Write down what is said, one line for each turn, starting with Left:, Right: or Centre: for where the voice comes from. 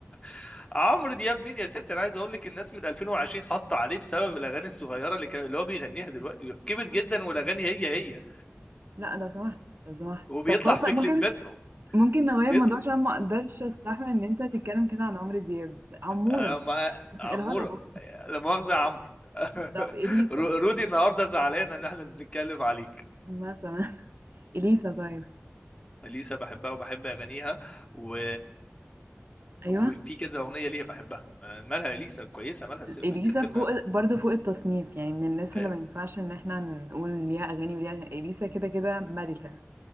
Left: <laughs> عمرو دياب مين يا ستي انا عايز اقول لك الناس من 2020 حاطه عليه بسبب الاغاني الصغيره اللي كان اللي هو بيغنيها دلوقتي كبر جدا والاغاني هي هي
Right: لا لو سمحت لو سمحت
Left: وبيطلع
Right: طب خلاص
Left: في
Right: لأ، ممكن
Left: كليبات
Right: ممكن نغير
Left: بيطلع
Right: الموضوع عشان ما اقدرش استحمل ان انت تتكلم كده عن عمرو دياب عموره
Left: آه، مع
Right: <laughs>
Left: عموره
Right: الهضبه
Left: لا مؤاخذه يا عمرو <laughs>
Right: طب اليسا
Left: رو- رودي النهارده زعلان ان احنا بنتكلم عليه
Right: مثلا اليسا طيب
Left: اليسا بحبها وبحب اغانيها و...
Right: ايوه
Left: وفي كذا اغنيه ليها بحبها آه، مالها اليسا كويسه مالها الس- الست
Right: اليسا فوق
Left: ما...
Right: برضه فوق التصنيف يعني من الناس
Left: آه،
Right: اللي ما ينفعش ان احنا نقول ليها اغاني وليها أغاني. اليسا كده كده ملكة